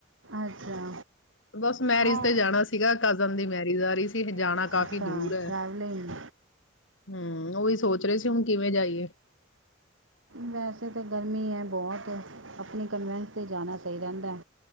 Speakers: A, on the right (about 90°); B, on the left (about 80°).
A: ਅੱਛਾ
B: ਬਸ ਮੈਰਿਜ
A: ਆ
B: ਤੇ ਜਾਣਾ ਸੀ ਗਾ ਕਜ਼ਨ ਦੀ ਮੈਰ ਡਿਜ਼ਾਰੀਜ਼ ਕਿ ਜਾਣਾ
A: ਅੱਛਾ
B: ਕਾਫ਼ੀ ਦੂਰ ਹੈ।
A: ਟਰੈਵਲਿੰਗ
B: ਹੂੰ, ਉਹੀ ਸੋਚ ਰਹੇ ਸੀ ਹੁਣ ਕਿਵੇਂ ਜਾਈਏ
A: ਵੈਸੇ ਤਾਂ ਗਰਮੀ ਹੈ ਬਹੁਤ ਆਪਣੀ ਕਨਵੈਂਸ 'ਤੇ ਜਾਣਾ ਸਹੀ ਰਹਿੰਦਾ,